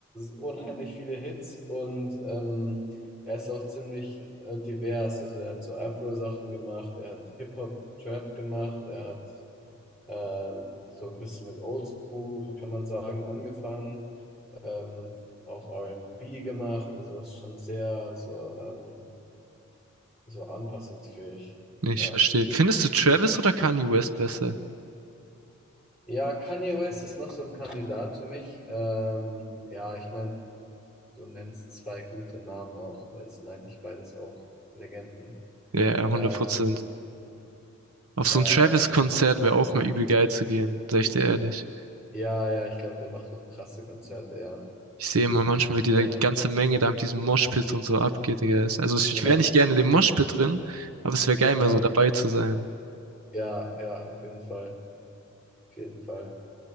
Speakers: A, in the centre; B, on the right.
A: unheimlich viele Hits und ähm, er ist auch ziemlich äh, divers. Also er hat so Afro-Sachen gemacht, er hat Hip-Hop-Trap gemacht, er hat ähm, so ein bisschen mit Oldschool, kann man sagen, angefangen, ähm, auch R and B gemacht, also ist schon sehr so, ähm, so anpassungsfähig.
B: Nee, ich
A: Ja.
B: verstehe. Findest du Travis oder Kanye West besser?
A: Ja, Kanye West ist noch so ein Kandidat für mich. Ähm, ja, ich meine, Du nennst zwei gute Namen auch, weil es sind eigentlich beides auch Legenden.
B: Ja,
A: Ähm,
B: hundert Prozent. Auf so
A: ähm,
B: ein Travis-Konzert wäre auch mal übel geil zu gehen, sag ich dir ehrlich.
A: ja, ja, ich glaube, der macht doch krasse Konzerte, ja.
B: Ich sehe immer manchmal, wie die
A: Äh,
B: ganze Menge da mit diesem Moshpit und so abgeht, Digga. Es- Also ich
A: ja,
B: wäre nicht gerne in dem Moshpit drin, aber es wäre geil, mal
A: ja,
B: so dabei zu sein.
A: ja, ja, auf jeden Fall, auf jeden Fall.